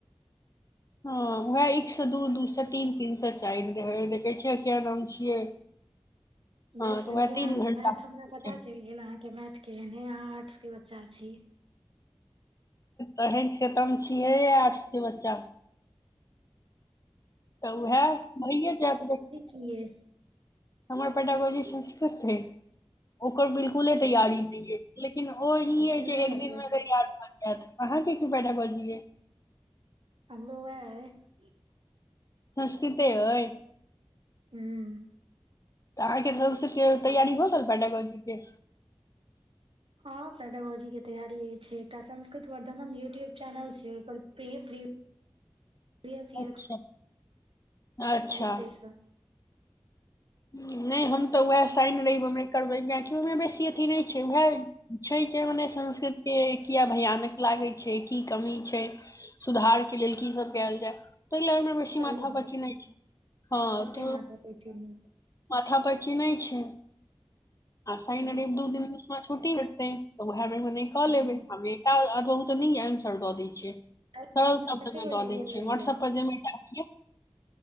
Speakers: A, on the left; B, on the right.
A: हँ वैह एक सए दू दू सए तीन तीन सए चारि हो कह छैय कियाक नाम छियै हँ
B: देख
A: तऽ
B: लेलियै
A: उएह तीन
B: अहाँके
A: घंटा
B: मैथ हमरा पता
A: छै
B: चलि गेल अहाँके मैथ केहन अछि अहाँ आर्ट्स के बच्चा छी
A: तहन तेँ हम छियै आर्ट्स के बच्चा तऽ वहै भए जाइत देखबै
B: छी
A: हमर पेडागाॅजी संस्कृत अछि ओकर बिलकुल फुले तैयारी
B: ओ
A: नहि अछि लेकिन ओहि
B: तऽ केना
A: जेँ एक
B: करबै
A: दिनमे अगर याद भऽ जाइत अहाँके की पेडागाॅजी अछि
B: हमरो वैह अछि
A: संस्कृते अछि
B: हु
A: तँ आहाँक घर सँ तैयारी भ गेल पेडागाॅजीके
B: हँ पेडोगाॅजी के तैयारी अछि छै एकटा संस्कृत वर्धनम यूट्यूब चैनल छै ओहि पर प्रिय प्रिय पियसर्ग
A: अच्छा अच्छा
B: कहु ताहि सँ
A: नहि हम तऽ उएह साइन रहेबै करबै किएकि ओहिमे बेसी अथी नहि छै उएह छै जे मने संस्कृते के किया भयानक लागै छै की कमी छै सुधार के लेल की सब कयल जाय त लड़मे बेसी
B: सही
A: मथा
B: बात
A: पची नहि छै हँ
B: ओते
A: त
B: माथा पैचै नै छै
A: माथा पर चिन्ह छै आ शईन
B: हूँ
A: रेब दू दिन बिच मे छुटी हटतेै तऽ उएहमे मने कऽ
B: हूँ
A: लेबै हमे काल्हि अदोद न आन्सर द दै छियै <unintelligible>
B: काल्हि
A: सरल
B: अहाँ
A: सब्द
B: कते
A: में
B: बजे
A: दै
B: गेल
A: छियै
B: रहियै
A: वाट्सऐप पर जे मेटा होइयए